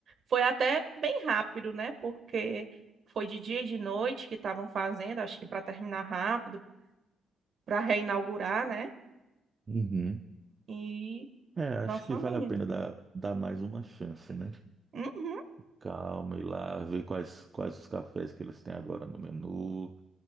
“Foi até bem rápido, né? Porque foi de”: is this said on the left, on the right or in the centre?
Right